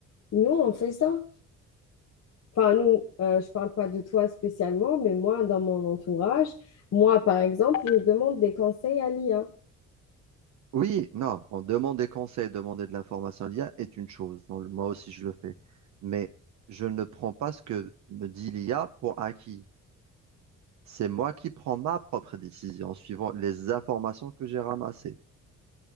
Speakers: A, on the left; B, on the right.
A: nous, on fait ça. Enfin, nous, euh, je parle pas de toi spécialement, mais moi, dans mon entourage, moi, par exemple, je demande des conseils à l'IA.
B: Oui, non, bon, demander conseil, demander de l'information à l'IA est une chose. Bon, Moi aussi, je le fais. Mais je ne prends pas ce que me dit l'IA pour acquis. C'est moi qui prends ma propre décision en suivant les informations que j'ai ramassées.